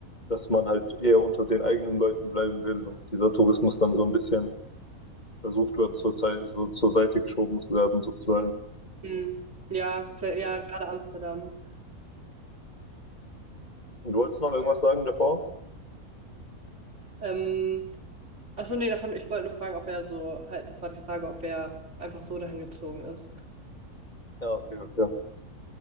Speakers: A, on the left; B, on the right.
A: dass man halt eher unter den eigenen Leuten bleiben will und dieser Tourismus dann so ein bisschen versucht wird, zur Zeit, so zur Seite geschoben zu werden, sozusagen.
B: Hm. Ja, vielleicht, ja, gerade Amsterdam.
A: Und Du wolltest noch irgendwas sagen davor?
B: Ähm, achso, nee, davon, ich wollte nur fragen, ob er so, halt, das war die Frage, ob er einfach so dahin gezogen ist.
A: Ja, okay, okay.